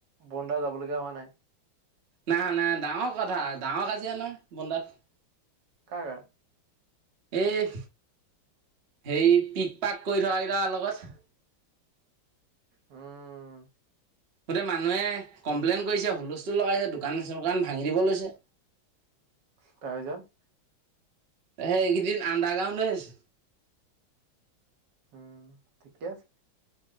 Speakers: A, on the right; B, on the right.
A: বন্দা যাবলগীয়া হোৱা নাই
B: নাই নাই ডাঙৰ কথা, ডাঙৰ কাজিয়া নহয় বন্দাত।
A: কাৰ?
B: এই, হেৰি পিক-পাক কৰি থকা এইকেইটাৰ লগত।
A: উম।
B: গোটেই মানুহে কমপ্লেইন কৰিছে, হুলস্থুল লগাইছে, দোকান-চোকান ভাঙি দিব লৈছে।
A: তাৰ পিছত?
B: সেই এইকেইদিন আণ্ডাৰ গ্ৰাউণ্ড হৈ আছোঁ।
A: উম, ঠিকে আছে।